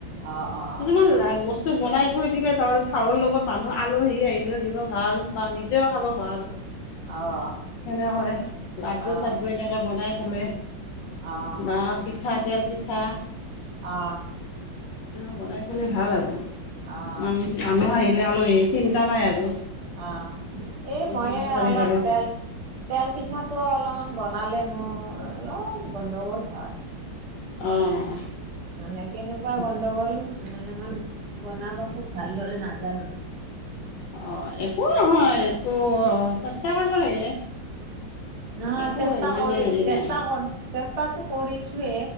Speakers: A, on the right (about 25°); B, on the left (about 75°).
A: অ অ
B: কিছুমান বস্তু বনাই থৈ দিলে ধৰ চাহৰ লগত মানুহ আলহী আহিলেও দিব ভাল বা নিজেও খাব হল
A: অ'। অ',
B: সেনেকৈ লাড্ডু
A: অ'।
B: চাড্ডু এনে বনাই থলে
A: অ',
B: বা পিঠা তেল পিঠা
A: অ
B: বনাই থলে ভাল আৰু
A: অ',
B: মান মানুহ আহিলে আলহী চিন্তা নাই আৰু
A: অ এই
B: আমি
A: মইয়ে
B: দি দিব পাৰিম
A: অলপ
B: আৰু।
A: তেল তেল পিঠাটো অলমান বনালে মোৰ অলপ গণ্ডগোল হয়
B: অ অ
A: মানে কেনেকুৱা গণ্ডগোল মানে মই বনাব খুব ভালদৰে নাজানো
B: অ একো নহয় এইটো চেষ্টা কৰিব লাগে
A: নহয়
B: একো
A: চেষ্টা
B: মানে
A: কৰি
B: হেৰি
A: চেষ্টা
B: নাই
A: কৰ চেষ্টাতো কৰিছোৱে